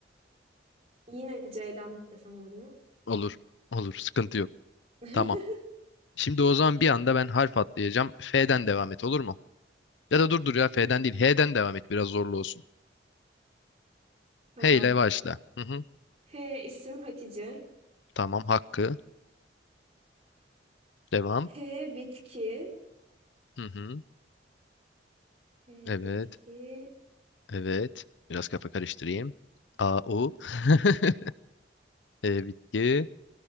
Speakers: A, on the right; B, on the left.
A: Yine Ceylan desem olur mu?
B: Olur. Olur. Sıkıntı yok.
A: <laughs>
B: Tamam. Şimdi o zaman bir anda ben harf atlayacağım. F'den devam et olur mu? Ya da dur dur ya F'den değil. H'den devam et biraz zorlu olsun.
A: Tamam.
B: H ile başla. Hı hı.
A: H isim Hatice.
B: Tamam hakkı. Devam.
A: H bitki.
B: Hı hı.
A: E,
B: Evet.
A: bitki.
B: Evet. Biraz kafa karıştırayım. A, U. <laughs> E, bitki.